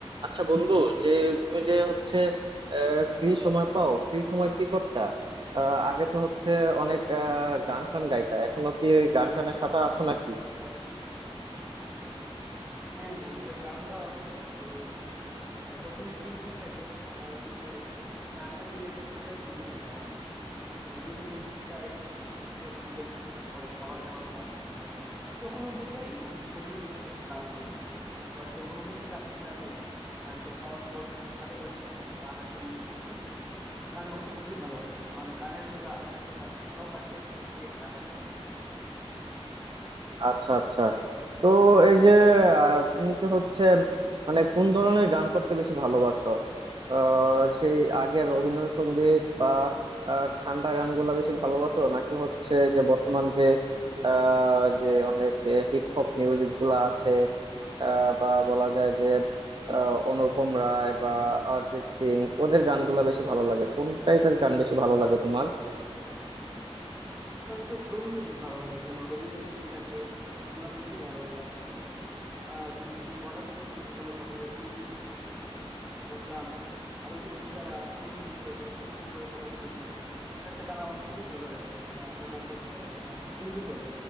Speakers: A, on the right; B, on the right.
A: আচ্ছা বন্ধু যে তুমি যে হচ্ছে ফ্রি সময় পাও ফ্রি সময় কি করতা আহ, আগে তো হচ্ছে অনেক আহ, গান টান গাইতা এখনো কি ওই গান টানের সাথে আছো নাকি
B: হ্যাঁ হ্যাঁ আসলে গান গাওয়া হয় কারণ আহ, যখনই ফ্রি সময় থাকে আমার মনে হয় গানটা করলে একটু স্ট্রেস রিলিজ হয় হ্যাঁ, আমার আহ, যখনই অফিসে যাই অফিসে তখন লেজার পিরিয়ড পরে খাবার দাবার খাওয়ার সময় হয় তখনও কি করি অফিস কলিগদের সাথে একটু গান করি আবার যখন অফিস থেকে আসি রাতে বাড়িতে খাওয়ার পর কিন্তু ছাদে বসে আমি একটু আকাশের নিচে বসে গান করতে খুবই ভালোবাসি আমার গানের একটা আলাদা একটা শখ আছে ছোট থেকে একটা আকর্ষণ আছে।
A: আচ্ছা আচ্ছা তো এই যে আহ, তুমি কি হচ্ছে মানে কোন ধরনের গান করতে বেশি ভালোবাসো আহ, সেই আগের রবীন্দ্রসঙ্গীত বা আহ, ঠান্ডা গানগুলা বেশি ভালোবাসো নাকি হচ্ছে যে বর্তমান যে আহ, যে অনেক হিপ হপ মিউজিক গুলা আছে আহ, বা বলা যায় যে আহ, অনুপম রায় বা অরিজিৎ সিং ওদের গানগুলা বেশি ভালো লাগে কোন টাইপের গান বেশি ভালো লাগে তোমার
B: আমার একটু স্লো মিউজিক ভালো লাগে যেমন রবীন্দ্রসঙ্গীত আছে ওগুলা খুবই ভালো লাগে আমার গাইতে আর যদি তুমি মডার্ন যুগের কথা বলো তাহলে অরিজিৎ সিং আতিফ আসলাম আরো কিছু যারা স্লো মিউজিক করে যেমন অনুপম রায়ের কথা বললে তুমি ওর একটা গান আমার খুবই ফেভারিট ওর গানটা হচ্ছে আহ, বন্ধু চল